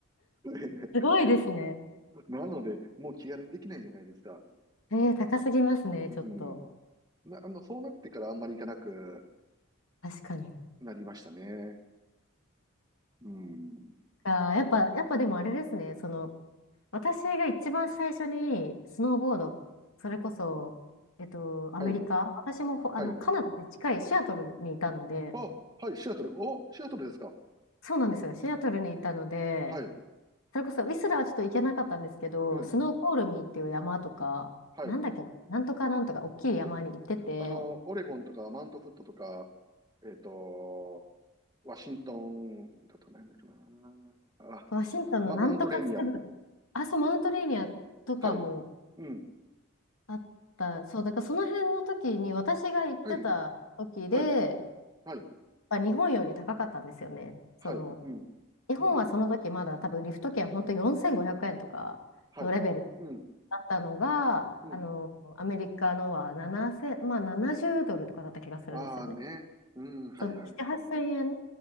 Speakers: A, on the right (about 20°); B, on the left (about 85°).
A: <laughs>
B: すごいですね。
A: なので、もう気軽にできないじゃないですか。
B: えー、高すぎますね、
A: うん。
B: ちょっと。
A: な、あの、そうなってからあんまり行かなく
B: 確かに。
A: なりましたね。うん。
B: あー、やっぱ、やっぱでもあれですね、その、私が一番最初にスノーボード、それこそ、えっと、アメリカ、
A: はい。
B: 私もほあの、
A: はい
B: カナダで近いシアトルにいたので、
A: あ、はい、シアトル。お、シアトルですか。
B: そうなんですよ、シアトルにいたので、
A: はい。
B: それこそウィスラーはちょっと行けなかったんですけど、
A: うん。
B: スノーコールミーっていう山とか、
A: はい。
B: なんだっけ、なんとかなんとか、大きい山に行ってて、
A: あの、オレゴンとか、マウントフットとか、えっと、ワシントンだとなんだっけな。あ、
B: ワシントンのなんとかセブン、
A: マ、マウントレーニア。
B: あ、そう、マウントレーニアとかも、
A: はい。うん。
B: あった。そう、だからその辺の時に、私が行ってた時で、
A: はい。はい。はい。
B: まあ、日本より高かったんですよね。その、
A: はい。うん。
B: 日本はその時まだ多分リフト券本当4500円とかのレベル
A: うん。はい。うん。
B: だったのが、
A: うん。
B: あの、アメリカのは7 0まあ70ドルとかだった気がするんですよね。
A: ああね。うん。はいはい。
B: そう、7、8000円